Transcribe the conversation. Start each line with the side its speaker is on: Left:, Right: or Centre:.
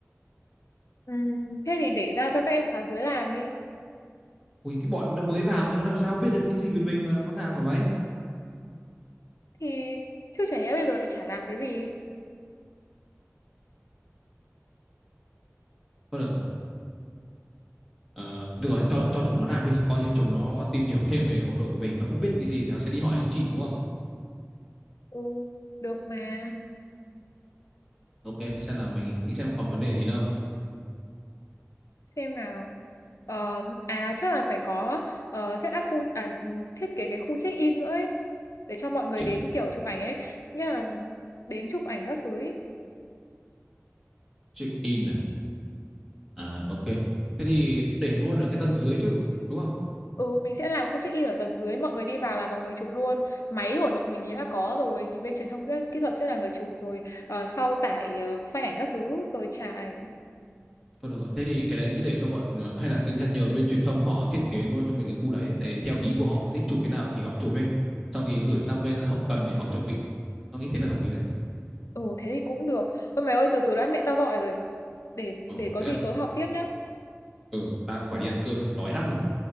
Left: ừ, thế thì để ra cho các em khóa dưới làm đi
Centre: ui cái bọn nó mới vào thì nó làm sao biết được cái gì về mình mà nó làm mà mấy
Left: thì chứ chả nhẽ bây giờ lại chả làm cái gì
Centre: thôi được rồi Ờ, thì được rồi cho cho chúng nó làm đi coi như chúng nó tìm hiểu thêm về hội đội của mình nó không biết cái gì thì nó sẽ đi hỏi anh chị đúng không
Left: ừ được mà
Centre: ok thế xem nào mình nghĩ xem còn vấn đề gì nữa không
Left: xem nào Ờ, à chắc là phải có ờ, set up khu à, thiết kế cái khu check in nữa ấy để cho mọi người
Centre: check
Left: đến kiểu chụp ảnh ấy nghĩa là đến chụp ảnh các thứ ấy.
Centre: check in à, à ok thế thì để luôn ở cái tầng dưới chứ đúng không
Left: ừ mình sẽ làm khu check in ở tầng dưới mọi người đi vào là mọi người chụp luôn máy của đội mình thì đã có rồi thì bên truyền thông sẽ, kỹ thuật sẽ là người chụp rồi ờ, sau tải ờ, file ảnh các thứ rồi trả ảnh
Centre: Thôi được rồi. Thế thì cái đấy cứ để cho bọn ờ, hay là cứ nhờ bên truyền thông họ thiết kế luôn cho mình cái khu đấy. Tại theo ý của họ, họ thích chụp thế nào thì họ chụp ấy. Xong thì gửi sang bên hậu cần để họ chuẩn bị. Tao nghĩ thế là hợp lý đấy.
Left: ừ thế thì cũng được ôi mày ơi từ từ đã mẹ tao gọi rồi để
Centre: Ờ,
Left: để có
Centre: thế
Left: gì
Centre: à?
Left: tối họp tiếp nhá
Centre: Ừ, tao cũng phải đi ăn cơm rồi. Đói lắm rồi.